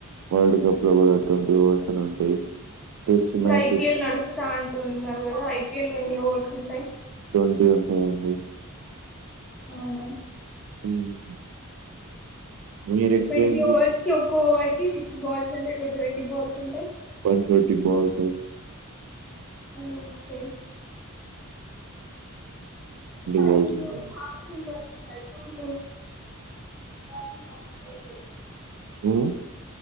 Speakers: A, on the right (about 80°); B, in the centre.
A: వరల్డ్ కప్ లో కూడా ట్వంటీ ఓవర్స్ అని ఉంటాయి టెస్ట్
B: ఇప్పుడు
A: మ్యాచెస్
B: ఐపిఎల్ నడుస్తా అంటున్నారు కదా ఐపీఎల్ లో ఎన్ని ఓవర్స్ ఉంటాయి
A: ట్వంటీ ఉంటాయండి
B: అవునా
A: హ్మ్. మీరెక్కువ
B: ట్వంటీ
A: ఏం చూస్
B: ఓవర్స్ కి ఒక్క ఓవర్ కి సిక్స్ బాల్స్ అంటే టోటల్ ఎన్ని బాల్స్ ఉంటాయి
A: వన్ ట్వంటీ బాల్స్
B: ఓకే సరే
A: బాల్స్
B: మాత్ర
A: ఉంటుంది.
B: <inaudible> అదు <unintelligible>
A: హ్మ్